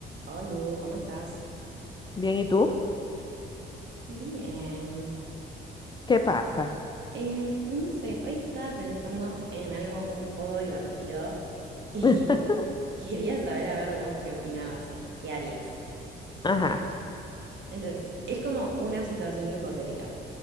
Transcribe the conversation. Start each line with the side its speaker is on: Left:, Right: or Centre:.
Right: Olu, ¿cómo estás?
Left: Bien, ¿y tú?
Right: Bien.
Left: ¿Qué pasa?
Right: Eh, no sé, hoy estaba pensando en algo un poco divertido y
Left: <laughs>
Right: <laughs> quería saber a ver vos qué opinabas o qué harías.
Left: Ajá.
Right: Entonces, es como una situación hipotética.